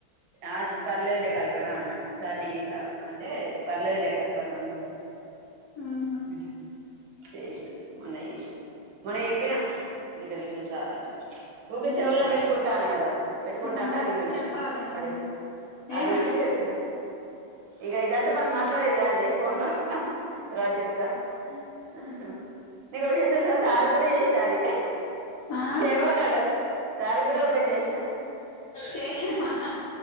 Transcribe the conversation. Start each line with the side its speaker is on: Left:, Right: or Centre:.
Right: ఆజ్ పర్లేదలే కల్ప్ కల్పన అన్నాడు సార్ నేన్ ఇట్లా అంటే పర్లేదు లే కల్పన అన్నాడు
Left: ఉహు
Right: ఉహ్ చేశి మొన్న చేసినా మొన్న చెప్పిన గిట్ల గిట్ల సారని ఊకే
Left: ఉమ్
Right: చెవుల్లో పెట్టుకుంటాన గదా పెట్టుకుంటాంటే
Left: ఉమ్
Right: అడిగిండు
Left: చెప్పాలి అవును
Right: అడి అడిగితే
Left: ఏమని
Right: చెప్ ఇగ ఇదంతా మనం మాట్లాడేది గాదులే ఫోన్ లో తర్వాత్ జెప్త అహ్ నీకో విషయం తెలుసా సార్ గ్గూడా చేష్నా అది
Left: ఆ
Right: చెేమన్నడు సార్ గ్గూడా ఓపెన్ చేసిన
Left: చేసినవా